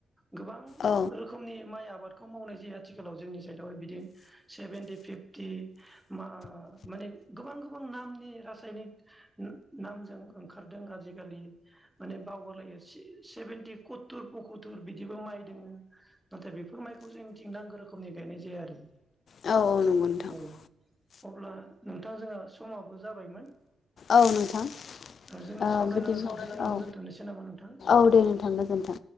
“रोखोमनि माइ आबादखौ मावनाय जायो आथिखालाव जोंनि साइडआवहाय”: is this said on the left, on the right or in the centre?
Centre